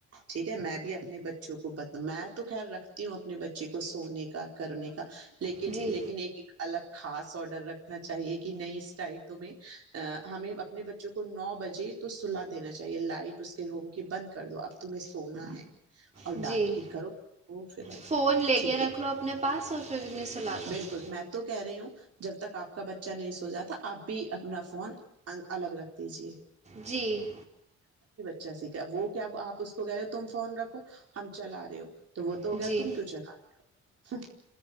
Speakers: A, on the right (about 50°); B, on the right (about 25°).
A: ٹھیک ہے میں بھی اپنے بچوں کو بتا میں تو خیال رکھتی ہوں اپنے بچے کو سونے کا کرنے کا لیکن
B: جی
A: لیکن ایک الگ خاس آڈر رکھنا چاہیے کہ نہیی اس ٹائم تمے ہمیں اپنے بچوں کو نو بجے تو سلا دینا چاہیے لائٹ اس کے روم کی بند کر دو اب تمہیں سونا ہے اور
B: جی
A: ڈانٹ کے کرو پھر آپ
B: فون لے
A: ٹھیک
B: کے رکھ
A: ہے
B: لو اپنے پاس اور پھر انہیں سلا دو
A: بالکل میں تو کہہ رہی ہوں جب تک آپ کا بچہ نہیں سو جاتا آپ بھی اپنا فون الگ رکھ دیجئے
B: جی
A: اب وہ کیا آپ اس کو کہہ رہے ہو تم فون رکھو ہم چلا رہے ہو تو وہ تو ہو
B: جی
A: گیا تم کیوں چلا رہے ہو